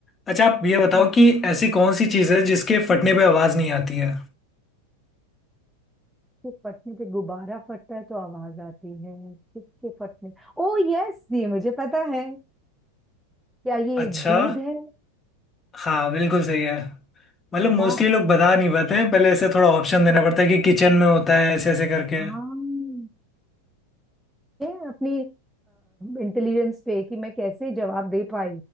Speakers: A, on the left (about 20°); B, in the centre.
A: अच्छा आप ये बताओ
B: किसके
A: कि ऐसी कौन सी चीज़ है जिसके फटने पे आवाज़ नहीं आती है
B: फटने पे गुब्बारा फटता है तो आवाज आती है किसके फटने ओ यस ये मुझे पता है क्या ये
A: अच्छा
B: दूध है
A: हाँ बिल्कुल सही है मतलब मोस्टली
B: वाह
A: लोग बता नहीं पाते हैं पहले ऐसे थोड़ा ऑप्शन देना पड़ता है कि किचन में होता है ऐसे ऐसे करके
B: हाँ है अपनी इंटेलिजेंस पे कि मैं कैसे जवाब दे पाई